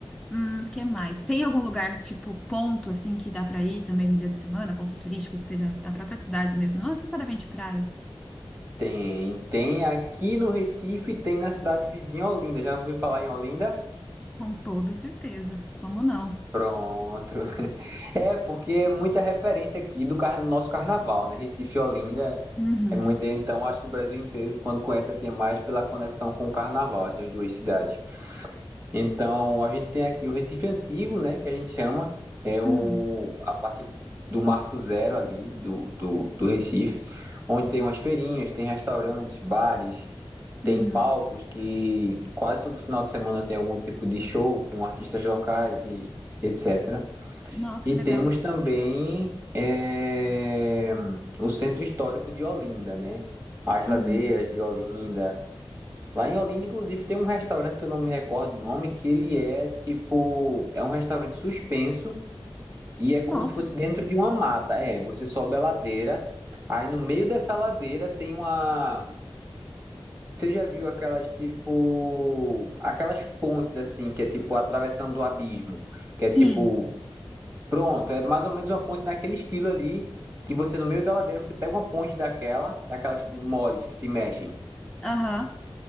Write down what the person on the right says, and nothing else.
Tem, tem aqui no Recife, tem na cidade vizinha Olinda. Já ouviu falar em Olinda?
Pronto. <laughs> É, porque é muita referência aqui do car- nosso carnaval, né? Recife e Olinda
é muito. Então, acho que o Brasil inteiro, quando conhece assim, é mais pela conexão com o carnaval, essas duas cidades. Então, a gente tem aqui o Recife Antigo, né, que a gente chama, é o,
a parte do Marco Zero ali, do, do, do Recife, onde tem umas feirinhas, tem restaurantes, bares,
tem palcos que quase todo final de semana tem algum tipo de show com artistas locais e etc.
E
temos também é, o Centro Histórico de Olinda, né? As ladeiras
de Olinda, Lá em Olinda, inclusive, tem um restaurante que eu não me recordo o nome, que ele é tipo, é um restaurante suspenso e é como
se fosse dentro de uma mata. É, você sobe a ladeira, aí no meio dessa ladeira tem uma. Você já viu aquelas tipo, aquelas pontes assim, que é tipo atravessando o abismo, que é
tipo, pronto, é mais ou menos uma ponte naquele estilo ali, que você no meio da ladeira você pega uma ponte daquela, daquelas moles que se mexem.